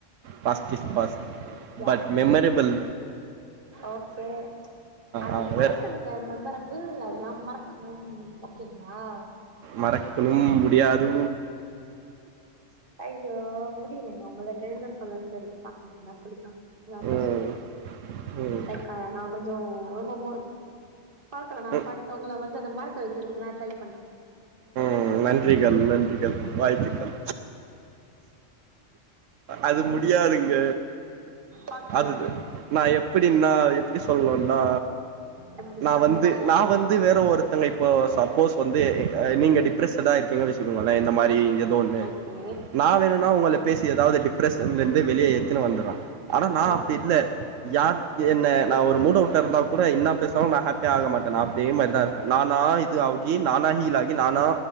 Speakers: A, on the right; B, on the right.
A: பாஸ்ட் ஸ் past
B: yeah
A: but memorable
B: okay அத
A: ஆ
B: மறக்கனுங்க
A: வேற
B: மெமர பில் அதலா மறக்னும் ஓகேங்ளா
A: மறக்னும் முடியாது
B: ஐயோ முடியிலேங்க உங்களுக்கு என்ன சொல்லன் தெர்லப்பா வந்தா சொல்லிக்லா அத அப்றோ
A: ம்
B: சொல்றே
A: ம்
B: லைக் நா கொஞ்சோ ரொம்ப மோ பாக்லா நா
A: ம்
B: பண் ஒங்கள வந்து அத மறக்க வெக்கற்துக்கு நா ட்ரை பண்றே
A: ம் நன்றிகள் நன்றிகள் வாழ்த்துக்கள் அது முடியாதுங்க
B: பாக்கலா
A: அது நா எப்பிடினா எப்டி சொல்னுன்னா
B: அப்டி
A: நா
B: சொன்னதா
A: வந்து
B: ஏ
A: நா
B: சொல்லணு
A: வந்து வேற ஒருத்தனை ப்போ சப்போஸ் வந்து நீங்க டிப்ரெஸ்ட்டடா இருக்கீங்க வ ச்சுங்கோங்களே இந்த மாரி
B: அப்
A: ஒதோ ஒன்னு
B: ஓகே
A: நா வேணுன்னா ஒங்கள பேசி எதாவ்து டிப்ரெஷன்லந்து வெளிய எத்துனு வந்துறா ஆனா நா
B: ஆ
A: அப்டி இல்ல யா என்ன நா ஒரு மூடவுட்டாருந்தா கூட என்ன பேசுனாலு நா ஹாப்பியாக மாட்டே நா அதே மார்தா இரு ப்பே நானா இது ஆவ்கி நானா ஹீல் ஆகி நானா